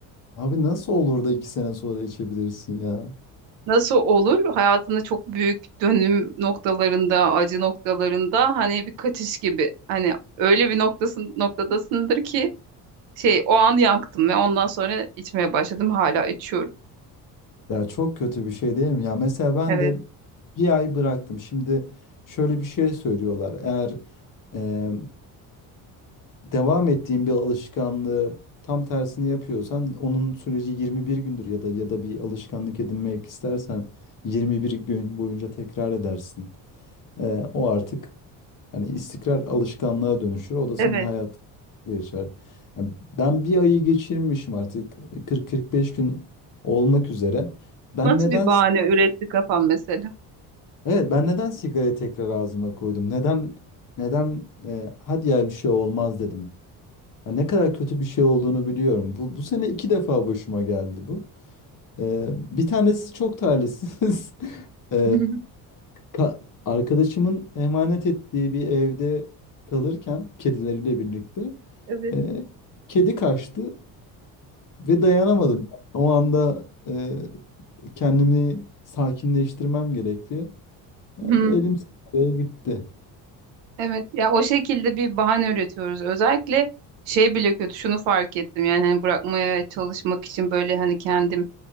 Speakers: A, on the left; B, on the right.
A: abi nasıl olur da 2 sene sonra içebilirsin ya?
B: Nasıl olur? Hayatında çok büyük dönüm noktalarında, acı noktalarında hani bir kaçış gibi. Hani öyle bir noktasın, noktadasındır ki şey o an yaktım ve ondan sonra içmeye başladım. Hala içiyorum.
A: Ya çok kötü bir şey değil mi? Ya mesela ben
B: Evet,
A: de bir ay bıraktım. Şimdi şöyle bir şey söylüyorlar. Eğer e, devam ettiğin bir alışkanlığı tam tersini yapıyorsan onun süreci 21 gündür ya da ya da bir alışkanlık edinmek istersen 21 gün boyunca tekrar edersin. E, o artık hani istikrar alışkanlığa dönüşür. O da
B: evet.
A: senin hayatın geçer. Ya ben bir ayı geçirmişim artık 40-45 gün olmak üzere. Ben
B: Nasıl
A: neden
B: bir bahane üretti kafam mesela?
A: Evet ben neden sigarayı tekrar ağzıma koydum? Neden neden e, hadi ya bir şey olmaz dedim. Ya ne kadar kötü bir şey olduğunu biliyorum. Bu, bu sene iki defa başıma geldi bu. E, bir tanesi çok talihsiz. <laughs> E,
B: <laughs>
A: ka- arkadaşımın emanet ettiği bir evde kalırken kedileriyle birlikte
B: Evet.
A: e, kedi kaçtı ve dayanamadım. O anda e, kendimi sakinleştirmem gerekti. E,
B: Hmm,
A: elim sigaraya gitti.
B: Evet. Ya o şekilde bir bahane üretiyoruz. Özellikle şey bile kötü. Şunu fark ettim. Yani hani bırakmaya çalışmak için böyle hani kendimi